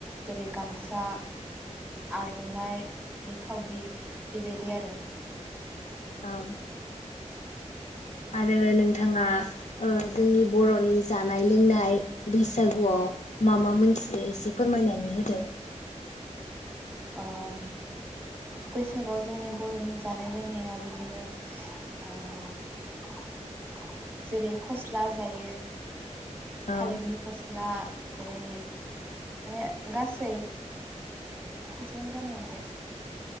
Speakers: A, on the right; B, on the left.
A: जेरै गामसा आरनाइ बिफावरि बेबायदि आरो
B: औ आरो नोंथाङा ओ जोंनि ओ बर'नि जानाय लोंनाय बैसागुआव मा मा मोनथियो एसे फोरमायनानै होदो
A: ओम बैसागोआव जोंनि बरनि जानाय लोंनाया बिदिनो स ओ जेरै फस्ला जायो
B: औ
A: थालिरनि फस्ला जेरै माने गासै बेसेबां जानागौमोन्थाय